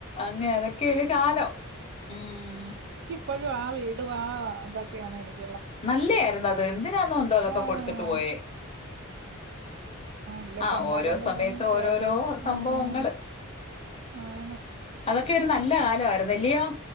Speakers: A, on the left; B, on the right.
A: അങ്ങ് അതൊക്കെ ഒര് കാലം ഉം
B: ഇപ്പഴും ആ വീടും ആ ഇത് <unintelligible>
A: നല്ലേ ആയിരുന്നു അത് എന്തിനാന്നോ എന്തോ അതൊക്കെ
B: ആഹ്
A: കൊട്ത്ത്ട്ട് പോയേ
B: ഇല്ല
A: ആഹ്
B: പണ്ടാരണ്ട്
A: ഓരോ സമയത്ത്
B: പറഞ്ഞണക്ക്
A: ഓരോരോ
B: ഓരോ
A: സംഭവങ്ങള്
B: ഉം ആന്ന്
A: മ് ക്കെര് നല്ലകാലമായിര്ന്നല്ലിയോ